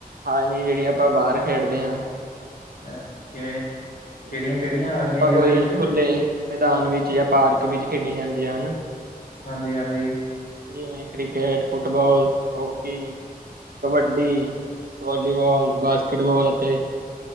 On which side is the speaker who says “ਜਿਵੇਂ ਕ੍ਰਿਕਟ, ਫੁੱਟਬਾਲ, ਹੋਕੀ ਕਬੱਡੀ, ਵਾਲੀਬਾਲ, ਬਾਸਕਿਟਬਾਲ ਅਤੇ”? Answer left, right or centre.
Right